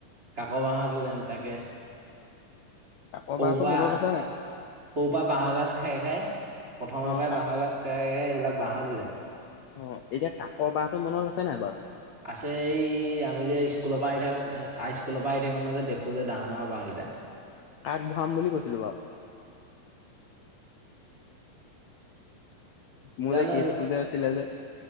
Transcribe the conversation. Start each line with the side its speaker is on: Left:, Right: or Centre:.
Right: কাক বাঁহৰ
Left: আ'
Right: দলেন
Left: অহ
Right: তাকে
Left: কাক
Right: সৰু
Left: বাহতটো
Right: পৰা
Left: মনত আছে নে?
Right: সৰু পৰা বাঁহৰ গাজ খাই, খাই প্ৰথমৰ
Left: অ
Right: পৰাই
Left: কাক
Right: বাঁহৰ গাজ খ এইবিলাক বাঁহৰ দিলে।
Left: অ এতিয়া কাকৰ বাহটো মনত আছে নাই বাৰু।
Right: আছে এই আমি যে স্কুলৰ পৰা আহি থাকো স্কুলৰ পৰা আহি থাকো ন যে দেখো যে ডাঙৰ ডাঙৰ বাঁহকেইটা।
Left: আগ ভৰাম বুলি কৈছিলো বাও। মোৰ
Right: জানো
Left: কেস্ততে আছিলে যে।